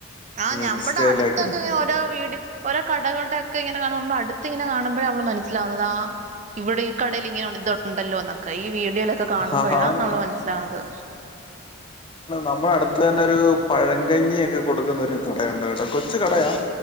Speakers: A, on the right (about 35°); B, on the left (about 25°).
A: ആ
B: ഈ
A: നമ്മുടെ
B: ഇൻസ്റ്റയിലൊക്കെ
A: അടുത്തൊക്കെ ഇങ്ങനെ ഓരോ വീട് ഓരോ കടകളുടെ ഒക്കെ ഇങ്ങനെ കാണ നമ്മുടെ അടു ഇങ്ങെ കാുമ്പോ നമ്മ മനസ്സിലാവുന്നത് ആ ഇവിടെ ഈ കടയിൽ ഇങ്ങനെ ഇത്ണ്ടല്ലോ എന്നൊക്കെ ഈ വീട് കാണുമ്പോഴ
B: ആ ആണ്
A: നമ്മ മനില
B: നമ്മള അടുത്ത് തന്നെ ഒരു പഴങ്കഞ്ഞിൊക്കെ കൊടുക്കുന്നൊ ഒരു കടയുണ്ട് കേട്ടാ കൊച്ച കടയാാണ്